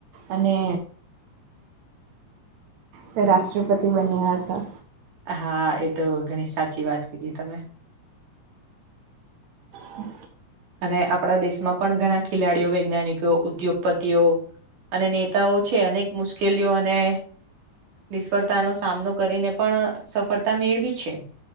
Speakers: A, on the right; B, on the right.
A: અને તે રાષ્ટ્રપતિ બન્યા હતા.
B: હા એ તો ઘણી સાચી વાત કીધી તમે
A: હમ
B: અને આપણા દેશમાં પણ ઘણા ખેલાડીઓ વૈજ્ઞાનિકો ઉદ્યોગપતિઓ અને નેતાઓ છે, અનેક મુશ્કેલીઓ અને નિષ્ફળતાનો સામનો કરીને પણ સફળતા મેળવી છે.